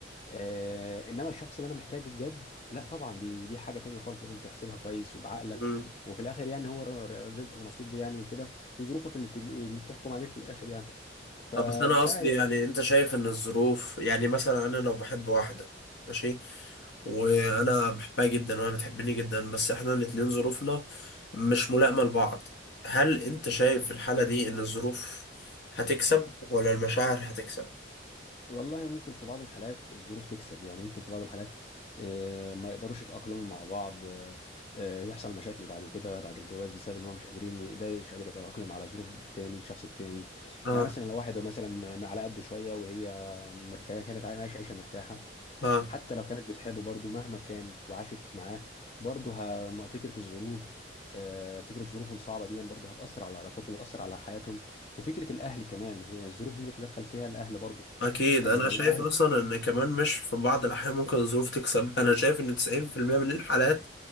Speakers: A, on the left; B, on the left.
A: آه انما الشخص اللي انا محتاجه بجد لا طبعا دي دي حاجه تانية خالص لازم تحسبها كويس وبعقلك
B: مم.
A: وفي الاخر يعني هو ر- ر- رزق ونصيب يعني وكده وظروفك اللي بتج... اللي بتحكم عليك في الاخر يعني فمش
B: آه، بس أنا قصدي
A: عارف
B: يعني أنت شايف إن الظروف يعني مثلا أنا لو بحب واحدة ماشي وانا بحبها جدا وهي بتحبني جدا بس احنا الاتنين ظروفنا مش ملائمة لبعض هل انت شايف في الحالة دي ان الظروف هتكسب ولا المشاعر هتكسب
A: والله ممكن في بعض الحالات الظروف تكسب يعني ممكن في بعض الحالات آه، ما يقدروش يتأقلموا مع بعض آه، آه، يحصل مشاكل بعد كده بعد الجواز بسبب ان هو مش قادرين ي- ده مش قادر يتأقلم على ظروف التاني الشخص التاني
B: اه
A: يعني مثلا لو واحد مثلا على قده شوية وهي مر- كانت عاي- عايشة عيشة مرتاحة
B: اه
A: حتى لو كانت بتحبه برضه مهما كانت وعاشت معاه برضه ه- فكره الظروف آه، فكره ظروفه الصعبه دي برضه هتاثر على علاقاتهم وتاثر على حياتهم وفكره الاهل كمان مش يعني الظروف دي بيتدخل فيها الاهل برضه
B: اكيد
A: يعني
B: انا
A: لو
B: شايف
A: الاهل
B: اصلا ان كمان مش في بعض الاحيان ممكن الظروف تكسب انا شايف ان 90% من الحالات